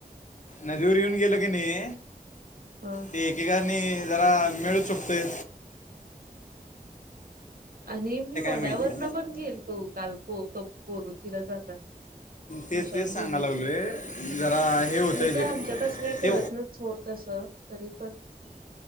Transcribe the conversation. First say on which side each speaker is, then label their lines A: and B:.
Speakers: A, on the left; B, on the right.
A: नदीवर येऊन गेलं की नाही
B: हा
A: ते एकेकानी! जरा मिळू शकतोय.
B: आणि मी वड्यावरन
A: माहिती
B: पण गेलतो काल ख कोरुचीला जाताना. ते स्मशानभूमीचे
A: तेच तेच सांगायला लागलोय जरा हे होतंय
B: मी
A: ते
B: काय आमच्या तसं काय
A: ते
B: करत नाही सोड. तसं तरी पणं